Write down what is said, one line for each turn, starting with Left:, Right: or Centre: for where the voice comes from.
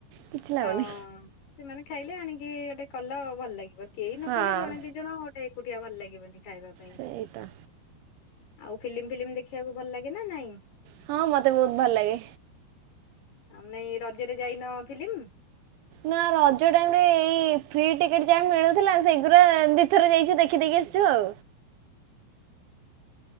Right: କିଛି ଲାଭନି
Left: ହଁ ସେମାନେ ଖାଇଲେ ଆଣିକି ଗୋଟେ କଲ ଭଲ ଲାଗିବ କେହି ନ
Right: ହଁ
Left: ଖାଇଲେ ଜଣେ ଦି ଜଣ ଏକୁଟିିଆ ଭଲ ଲାଗିବନି ଖାଇବାକୁ।
Right: ସେଇତ।
Left: ଆଉ ଫିଲ୍ମ ଫିଲ୍ମ ଦେଖିବାକୁ ଭଲ ଲାଗେ ନା ନାଇଁ?
Right: ହଁ ମତେ ବହୁତ ଭଲ ଲାଗେ।
Left: ଆମେ ଏ ରଜରେ ଯାଇନ ଫିଲ୍ମ।
Right: ନା ରଜ ଟାଇମ୍ ରେ ଏଇ ଫ୍ରି ଟିକେଟ୍ ଯାହା ମିଳୁଥିଲା ସେଇଗୁଡ଼ା ଦିଥର ଯାଇଛୁ ଦେଖିଦେକି ଆସିଛୁ ଆଉ।